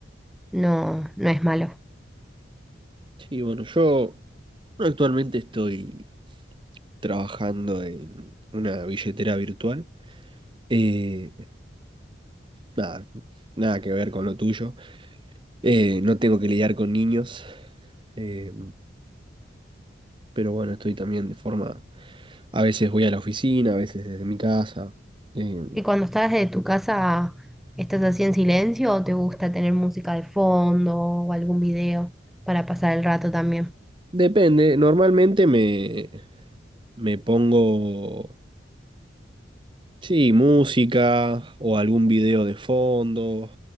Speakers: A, in the centre; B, on the right.
A: No, no es malo.
B: sí, bueno, yo actualmente estoy trabajando en una billetera virtual. Eh, nada, nada que ver con lo tuyo. Eh, no tengo que lidiar con niños, eh, pero bueno, estoy también de forma... A veces voy a la oficina, a veces desde mi casa. eh,
A: ¿Y cuando estás desde tu casa, estás así en silencio o te gusta tener música de fondo o algún video para pasar el rato también?
B: depende, normalmente me, me pongo... Sí, música o algún video de fondo.